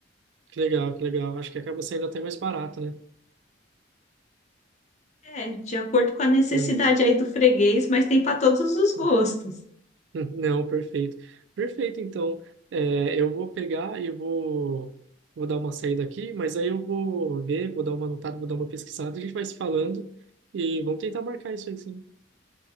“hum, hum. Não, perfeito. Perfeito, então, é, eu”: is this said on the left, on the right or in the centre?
Right